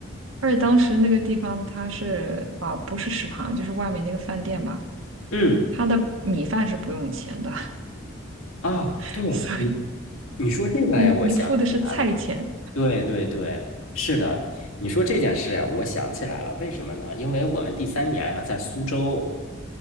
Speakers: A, on the right; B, on the left.
A: 而且当时那个地方它是啊，不是食堂，就是外面那个饭店吧，
B: 嗯，
A: 它的米饭是不用钱的，
B: 啊，
A: <laughs>
B: 对你
A: 所以
B: 你说这个呀，
A: 你你付的是菜钱。
B: 我想起来了。对对对，是的，你说这件事呀，我想起来了。为什么呢？因为我们第三年呀，在苏州。